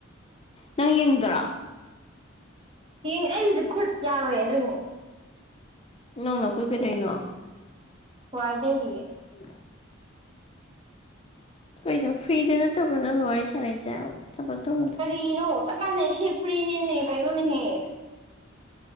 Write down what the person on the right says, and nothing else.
ꯌꯦꯡ ꯑꯩ ꯍꯧꯖꯤꯛ ꯈꯨꯠ ꯌꯥꯎꯌꯦ ꯑꯗꯨꯏꯅꯦ
ꯋꯥꯏ ꯇꯩꯔꯤꯌꯦ
ꯀꯔꯤꯅꯣ ꯆꯞ ꯃꯥꯟꯅꯩ ꯁꯤ ꯐꯨ꯭ꯔꯤꯅꯤꯅꯦ ꯀꯩꯅꯣꯅꯦꯍꯦ